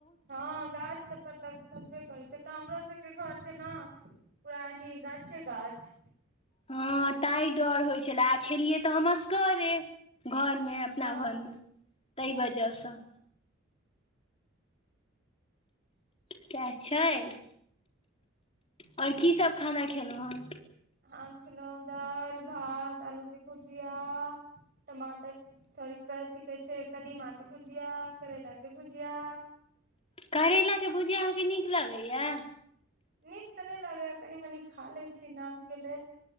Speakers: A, on the right; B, on the left.
A: हँ गाछ सब पर तऽ खसबे करै छै तऽ हमरा सबके घर छै ने परा एनि गाछे गाछ
B: हँ ताहि डर होइत छलए आ छलियै तऽ हम असगरे घरमे अपना
A: हँ
B: घरमे ताहि वजहसँ सएह छै आओर की सभ खाना खेलहुँ हेँ
A: हम खेलू दाल भात आलूके भुजिया टमाटर सॉरी कथि कहै छै कदीमा के भुजिया करैला के भुजिया हँ
B: करैला के भुजी अहाँकेँ नीक लगैएा
A: नीक तऽ नहि लागैए कनि मनी खा लैत छी नामके लेल